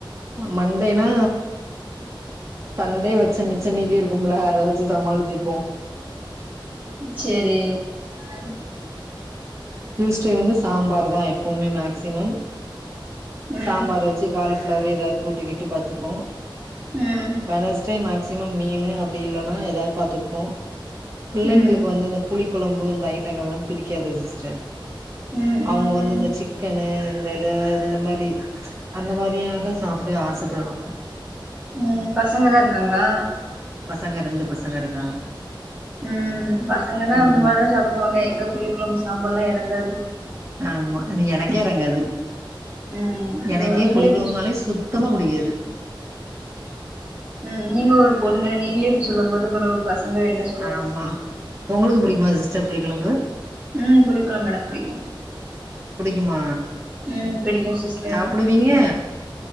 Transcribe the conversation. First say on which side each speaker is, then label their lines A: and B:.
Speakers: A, on the right; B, on the right.
A: மண்டேனா சண்டே வச்ச மிச்ச மீதி இருக்கும்ல அத வச்சு சமாளிச்சுப்போ
B: செரி
A: <inaudible> டியூஸ்டே வந்து சாம்பார் தா எப்பவுமே மேக்சிமம்
B: ம்
A: சாம்பார் வச்சு காலிஃப்ளாரு ஏதாவது கூட்டுக்கிட்டு பாத்துப்போ
B: ம்
A: வெனஸ் டே மேக்சிமம் மீன் அப்படி இல்லன்னா ஏதாவது பார்த்துப்போ பிள்ளைங்களுக்கு
B: ம்
A: வந்து இந்த புளி கொழம்பு இந்த ஐட்டங்கள்லா புடிக்காது சிஸ்டர்
B: ம்
A: அவுங்கோ
B: ம்
A: வந்து
B: ம்
A: இந்த சிக்கனு வேற இந்த மாரி அந்த மாரியாதா சாப்பட ஆசப்படுவாங்க
B: ம் பசங்க தா இருக்காங்ளா
A: பசங்க ரெண்டு பசங்க இருக்காங்க
B: ம் பசங்கன்னா அந்த
A: ம்
B: மாரிதா சாப்டுவாங்க எங்க புளி கொழம்பு சாம்பார்லா இறங்காது
A: ஆமா அது எனக்கே இறங்காது
B: ம் இதோ
A: எனக்கே
B: நீங்களே
A: புளிக்கொழம்புனாலே
B: இப்டி
A: சுத்தமா புடிக்காது
B: ம் நீங்க ஒரு பொண்ணு நீங்ளே இப்டி சொல்லும் போது பசங்க என்ன சொல்லுவாங்க
A: ஆமா உங்களுக்கு புடிக்குமா சிஸ்டர் புளிக்கொழம்பு
B: ம் புளிக்கொழம்பு எனக்கு புடிக்கு
A: புடிக்குமா
B: ம் பிடிக்கு சிஸ்டர்
A: சாப்புடுவீங்க
B: பிடிக்கு